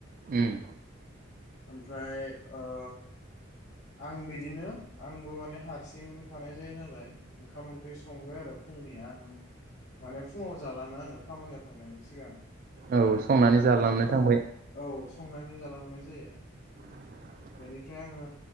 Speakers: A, on the right (about 45°); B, on the left (about 70°).
A: ओम
B: ओमफ्राय ओ आं बिदिनो आंबो माने हारसिं थानाय जायो नालाय ओंखाम ओंख्रि संबाय आरो फुंनि आं माने फुङाव जालाङो आङो खामानियाव थांनायनि सिगां
A: औ संनानै जालांनो
B: ओ फुङाव
A: थांबाय
B: औ संनानै जालां <unintelligible>
A: <unintelligible>
B: बेनिफ्राय आङो